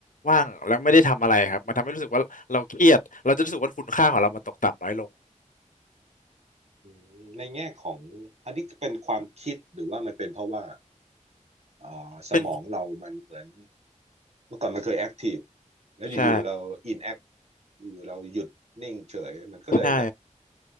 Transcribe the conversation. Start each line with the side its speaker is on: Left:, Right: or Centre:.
Left: ว่างแล้วไม่ได้ทำอะไรครับมันทำให้รู้สึกว่าเราเครียดเราจะรู้สึกว่าคุณค่าของเรามันตกต่ำน้อยลง
Right: อืมในแง่ของอันนี้เป็นความคิดหรือว่ามันเป็นเพราะว่าอ่าสมองเรามันเหมือน
Left: เป็น
Right: เมื่อก่อนมันเคยแอคทีฟแล้วอยู่ๆเราอินแอค
Left: ใช่
Right: อยู่ๆเราหยุดนิ่งเฉยมันก็เลยแบบ
Left: ใช่